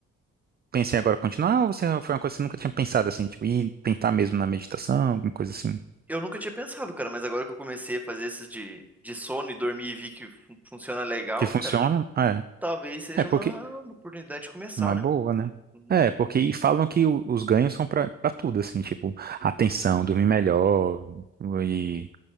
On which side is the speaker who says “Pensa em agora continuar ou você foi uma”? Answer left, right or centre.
Right